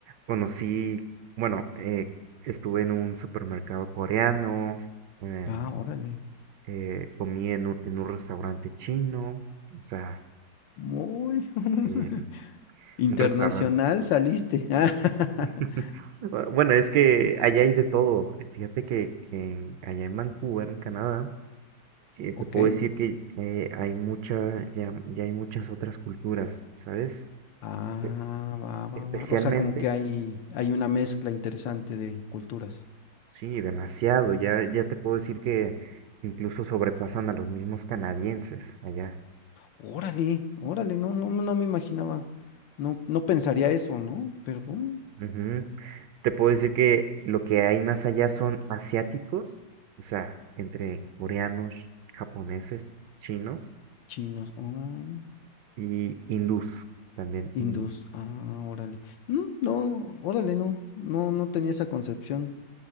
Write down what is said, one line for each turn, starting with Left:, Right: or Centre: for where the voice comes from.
Right: conocí, bueno, eh, estuve en un supermercado coreano, em,
Left: Ah, órale.
Right: eh, comí en un, en un restaurante chino, o sea,
Left: Muy <laughs>
Right: em,
Left: internacional
Right: un restaurante
Left: saliste.
Right: <laughs>
Left: <laughs>
Right: Bu- Bueno, es que allá hay de todo. Fíjate que, que en- allá en Vancouver, en Canadá, eh, te
Left: Ok.
Right: puedo decir que eh, hay mucha, ya, ya hay muchas otras culturas, ¿sabes?
Left: Ah,
Right: E-
Left: va, va,
Right: Especialmente,
Left: va. O sea, como que hay, hay una mezcla interesante de culturas.
Right: sí, demasiado. Ya, ya te puedo decir que incluso sobrepasan a los mismos canadienses allá.
Left: Órale, órale, no, no, no me imaginaba. No, no pensaría eso, ¿no? Pero mm,
Right: Ujú. Te puedo decir que lo que hay más allá son asiáticos, o sea, entre coreanos, japoneses, chinos.
Left: chinos, oh,
Right: y hindús, también
Left: hindús,
Right: hindús.
Left: ah, órale. Mm, no, órale, no, no, no tenía esa concepción.